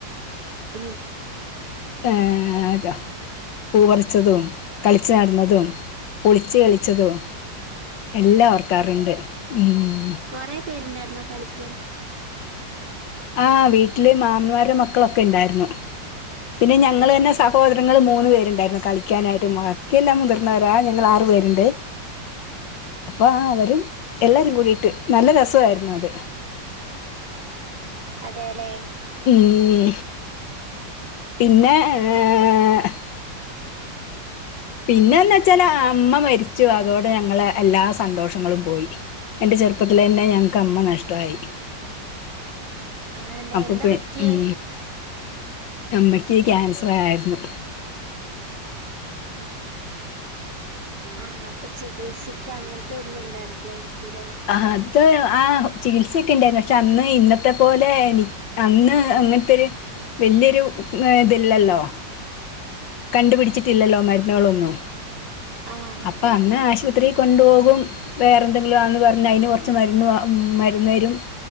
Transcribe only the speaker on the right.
ഉം
കൊറേ പേരുണ്ടായിരുന്നോ കളിക്ക്.
അതേല്ലേ
അതെല്ലേ
<inaudible>
ആണല്ലേ
എന്താ പറ്റിയേ
<inaudible> ആഹ് അപ്പൊ ചികിൽസിക്കാൻ അങ്ങനത്തെ ഒന്നും ഉണ്ടായിരുന്നില്ലായിരിക്കും. ല്ലേ
ആഹ്